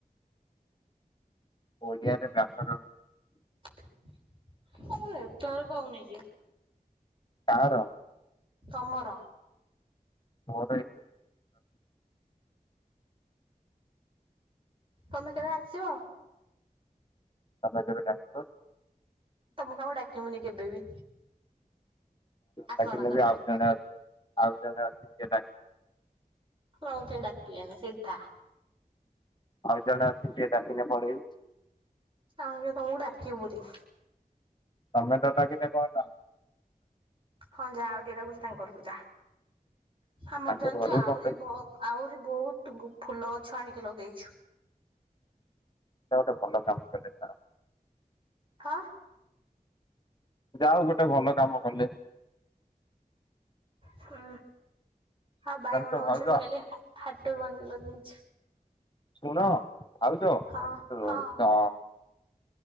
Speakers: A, on the left; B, on the right.
A: ଓଡିଆରେ ବ୍ୟାକରଣ
B: ହେ ତମ ନେଟୱର୍କ ପାଉନେଇଁ ଯେ?
A: କାହାର?
B: ତମର।
A: ମୋର ଘର ଏଇ
B: ତମେ କେବେ ଆସିବ?
A: ତମେ ଯେବେ ଡାକିବ।
B: ତମକୁ ଆମେ ଡାକିମୁନି କେବେ ବି।
A: ନ
B: ଆସନା
A: ଡାକିନେ
B: ତମେ।
A: ଯୋଉ ଆଉ ଜଣେ ଅଛି, ଆଉ ଜଣେ ଅଛି ସିଏ ଡାକି
B: ଆଉ କେହି ଡାକିବେନି ସେଇଟି ଥା।
A: ଆଉ ଜଣେ ଅଛି ସିଏ ଡାକିନେ ପଳେଇବି।
B: ଆମେ ଯେ ତମୁକୁ ଡାକିବୁରି।
A: ତମେ ତ ଡ ଡାକିଲେ କଁ ହେଲା।
B: ହଁ ଯାଆ ଆଉ କିଏ ଡ଼ାକୁଛି ତାଙ୍କ ଗରୁକୁ ଯା। ଆମର
A: ତାଙ୍କ
B: ଜାଣିଛୁ
A: ଘରକୁ
B: ଆହୁରି
A: କଣ ପାଇଁ
B: ଭକ ଆହୁରି ବୋହୁତ ଗୁ ଫୁଲ ଗଛ ଆଣିକି ଲଗେଇଛୁ।
A: ସେଟା ଗୋଟେ ଭଲ କାମ କଲେ ଏଥର।
B: ହାଁ।
A: ଯାଆ ହୋଉ ଗୋଟେ ଭଲ କାମ କଲେ।
B: ହୁଁ ଆଉ ବାଇଗଣ
A: ଜାଣିଛ
B: ଗଛ
A: ଭାଉଜ
B: ବି କାଲି ହା ହାଟରୁ ଆଣିକି ଲଗେଇଛି।
A: ଶୁଣ ଭାଉଜ
B: ହଁ
A: ଉଁ
B: ହଁ।
A: ଟ